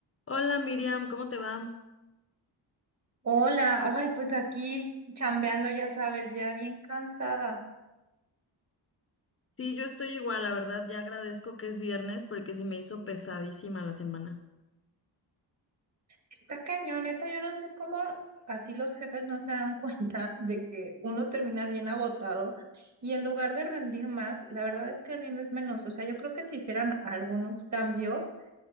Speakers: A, on the left (about 30°); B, on the right (about 40°).
A: Hola Miriam, ¿cómo te va?
B: Hola, ay, pues aquí chambeando, ya sabes, ya bien cansada.
A: Sí, yo estoy igual, la verdad, ya agradezco que es viernes porque se me hizo pesadísima la semana.
B: Está cañoneta, yo no sé cómo así los jefes no se dan <laughs> cuenta de que uno termina bien agotado y en lugar de rendir más, la verdad es que rindes menos. O sea, yo creo que si hicieran algunos cambios,